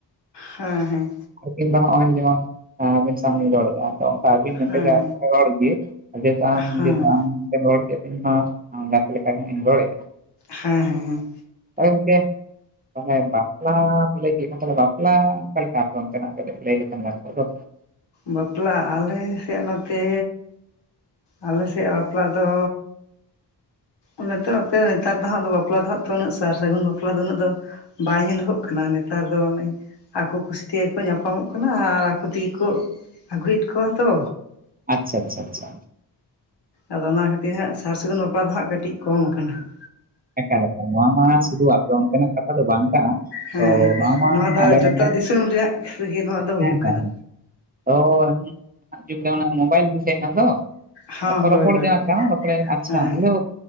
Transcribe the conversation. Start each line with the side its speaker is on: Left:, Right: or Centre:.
Left: ᱦᱮᱸ ᱦᱮᱸ
Right: ᱟᱨ ᱠᱤᱱᱵᱟ ᱦᱚᱸᱜᱼᱚᱭ ᱡᱮᱢᱚᱱ ᱟᱹᱵᱤᱱ ᱥᱟᱶ ᱞᱤᱧ ᱨᱚᱲᱮᱫᱼᱟ ᱚᱱᱠᱟ ᱟᱹᱵᱤᱱ ᱢᱮᱱ
Left: ᱦᱮᱸ ᱦᱮᱸ ᱦᱮᱸ ᱦᱮᱸ
Right: ᱛᱮᱜᱮ ᱟᱨ ᱨᱚᱲ ᱜᱮ <unintelligible>
Left: ᱦᱮᱸ
Right: ᱨᱚᱲ ᱠᱮᱫ ᱤᱧ ᱦᱚᱸ ᱜᱟᱛᱮ ᱞᱮᱠᱟ ᱜᱮ ᱤᱧ ᱨᱚᱲᱮᱜᱼᱟ
Left: ᱦᱮᱸ ᱦᱮᱸ ᱦᱮᱸ
Right: ᱟᱨ ᱜᱚᱝᱠᱮ ᱛᱟᱦᱚᱞᱮ ᱵᱟᱯᱞᱟᱢ ᱞᱟᱹᱭ ᱠᱮᱫ ᱠᱷᱟᱱ ᱵᱟᱯᱞᱟ ᱚᱱᱠᱟ ᱞᱮᱠᱟ ᱚᱱᱛᱮᱱᱟᱜ ᱠᱟᱹᱴᱤᱪᱡ ᱞᱟᱹᱭ ᱞᱮᱠᱷᱟᱱ ᱜᱟᱱ ᱠᱚᱜ ᱫᱚ
Left: ᱵᱟᱯᱞᱟ ᱟᱞᱮ ᱥᱮᱫ ᱱᱚᱛᱮ ᱟᱞᱮ ᱥᱮᱜ-ᱟ ᱵᱟᱯᱞᱟ ᱫᱚ ᱚᱱᱟ ᱱᱚᱛᱮ ᱱᱮᱛᱟᱨ ᱫᱚ ᱦᱟᱸᱜ ᱫᱚ ᱵᱟᱯᱞᱟ ᱫᱚ ᱦᱟᱸᱜ ᱛᱚ ᱩᱱᱟᱹᱜ ᱥᱟᱨ ᱥᱟᱹᱜᱩᱱ ᱵᱟᱯᱞᱟ ᱫᱚ ᱩᱱᱟᱹᱜ ᱫᱚ ᱵᱟᱭ ᱧᱮᱞᱚᱜᱚᱜ ᱠᱟᱱᱟ ᱱᱮᱛᱟᱨ ᱫᱚ ᱚᱱᱮ ᱟᱠᱚ ᱠᱩᱥᱤ ᱛᱮᱜᱮᱠᱚ ᱧᱟᱯᱟᱢᱚᱜ ᱠᱟᱱᱟ ᱟᱨ ᱟᱠᱚ ᱛᱮᱜᱮᱠᱚ ᱟᱹᱜᱩᱭᱮᱫ ᱠᱚᱣᱟ ᱛᱚ
Right: ᱟᱪᱪᱷᱟ ᱟᱪᱪᱷᱟ ᱟᱪᱪᱷᱟ
Left: ᱟᱫᱚ ᱚᱱᱟ ᱠᱷᱟᱹᱛᱤᱨ ᱦᱟᱸᱜ ᱥᱟᱨ ᱥᱟᱹᱜᱩᱱ ᱵᱟᱯᱞᱟ ᱫᱚ ᱦᱟᱸᱜ ᱠᱟᱹᱴᱤᱡ ᱠᱚᱢ ᱟᱠᱟᱱᱟ ᱦᱟᱸᱜ
Right: ᱮᱠᱟᱞ ᱮᱠᱟᱞ ᱱᱚᱣᱟ ᱢᱟ ᱥᱩᱫᱷᱩ ᱟᱯᱮ ᱚᱱᱛᱮᱱᱟᱜ ᱠᱟᱛᱷᱟ ᱫᱚ ᱵᱟᱝ ᱠᱟᱱᱟ
Left: ᱦᱮᱸ
Right: ᱛᱚ ᱢᱟ
Left: ᱱᱚᱣᱟ ᱫᱚ
Right: ᱟᱞᱮ
Left: ᱡᱚᱛᱚ
Right: ᱱᱚᱛᱮᱱᱟᱜ
Left: ᱫᱤᱥᱚᱢ ᱨᱮᱭᱟᱜ ᱨᱮᱜᱮ ᱱᱚᱣᱟ ᱫᱚ ᱦᱩᱭᱩᱜ
Right: ᱦᱮᱸ
Left: ᱠᱟᱱᱟ
Right: ᱦᱮᱸ ᱱᱟᱦᱟᱜ ᱡᱩᱜᱽ ᱨᱮ ᱚᱱᱟ ᱢᱳᱵᱟᱭᱤᱞ <unintelligible> ᱮᱱᱟ ᱛᱚ
Left: ᱦᱚᱸ
Right: ᱨᱚᱯᱚᱲ
Left: ᱦᱳᱭ
Right: ᱨᱚᱯᱚᱲ
Left: ᱦᱳᱭ
Right: <unintelligible> ᱟᱪᱪᱷᱟ
Left: ᱦᱮᱸ
Right: ᱦᱮᱞᱳ,